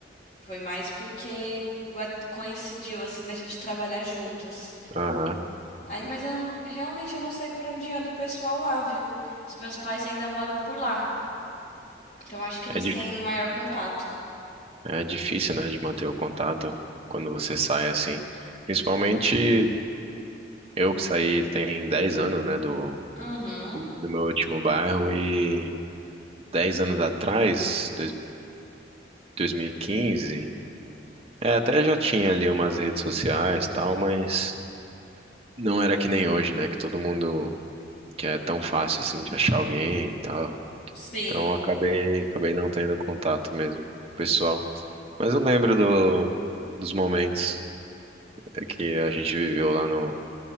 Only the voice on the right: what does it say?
Aham.
É, dif-
é difícil, né, de manter o contato quando você sai assim. Principalmente eu que saí tem 10 anos, né, do,
do, do meu último bairro e 10 anos atrás, 2014, quinze é, até já tinha ali umas redes sociais e tal, mas não era que nem hoje, né? Que todo mundo que é tão fácil assim de achar alguém e tal.
Então eu acabei, acabei não tendo contato mesmo com o pessoal. Mas eu lembro do, dos momentos que a gente viveu lá no,